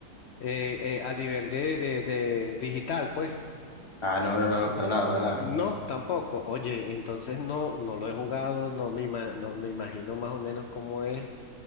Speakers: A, on the left (about 65°); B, on the left (about 20°).
A: eh, eh, a nivel de, de de digital, pues.
B: Ah, no, no, no, no, para nada, para nada.
A: No, tampoco. Oye, entonces no, no lo he jugado, no me ima- no me imagino más o menos cómo es.